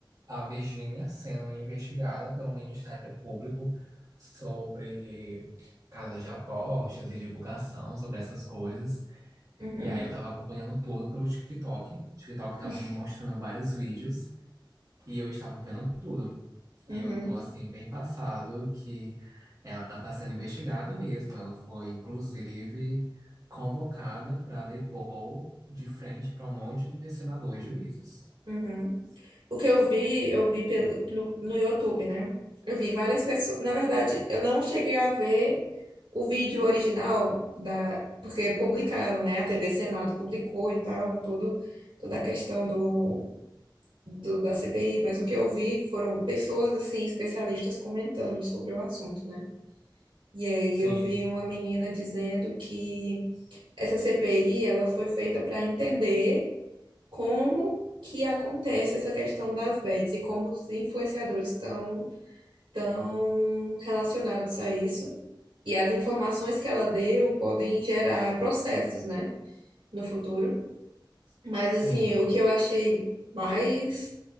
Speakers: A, on the right; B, on the right.
A: a Virgínia sendo investigada pelo Ministério Público sobre casas de apostas e divulgação sobre essas coisas.
B: Uhum,
A: E aí eu tava acompanhando tudo pelo TikTok. O TikTok tava
B: <laughs>
A: me mostrando vários vídeos e eu estava vendo tudo.
B: uhum,
A: E eu tô assim bem passado que ela tá sendo investigada mesmo. Ela foi inclusive convocada para depor de frente para um monte de senadores e juízes.
B: uhum. O que eu vi, eu vi pelo, no, no YouTube, né? Eu vi várias pessoas. Na verdade, eu não cheguei a ver o vídeo original da, porque publicaram, né? A TV Senado publicou e tal, todo, toda a questão do do- da CPI, mas o que eu vi foram pessoas assim, especialistas comentando sobre o assunto, né? E aí
A: Sim,
B: eu vi uma menina dizendo que essa CPI ela foi feita para entender como que acontece essa questão das bets e como os influenciadores estão tão relacionados a isso. E as informações que ela deu podem gerar processos, né, no futuro. Mas
A: sim.
B: assim, o que eu achei mais